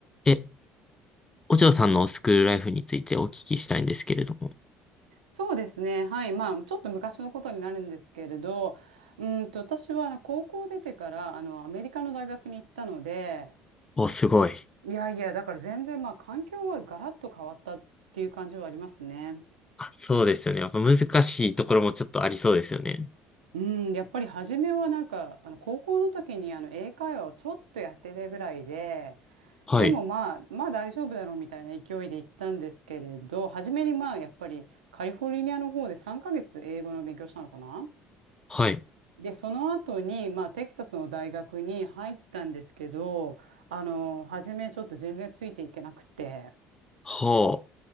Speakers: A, on the left (about 15°); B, on the right (about 85°).
A: え、お嬢さんのスクールライフについてお聞きしたいんですけれども。
B: そうですね。はい。まあ、ちょっと昔のことになるんですけれど、うーんと、私はあの高校出てから、あの、アメリカの大学に行ったので、
A: お、すごい。
B: いやいや、だから全然、まあ、環境はガラッと変わったっていう感じはありますね。
A: あ、そうですよね。やっぱ難しいところもちょっとありそうですよね。
B: うん、やっぱり初めはなんか、あの、高校の時に、あの、英会話をちょっとやってたぐらいで、
A: はい。
B: でもまあ、まあ大丈夫だろうみたいな勢いで行ったんですけれど、初めにまあ、やっぱりカリフォルニアの方で3ヶ月英語の勉強したのかな。
A: はい。
B: で、その後に、まあ、テキサスの大学に入ったんですけど、あの、初めちょっと全然ついていけなくて、
A: は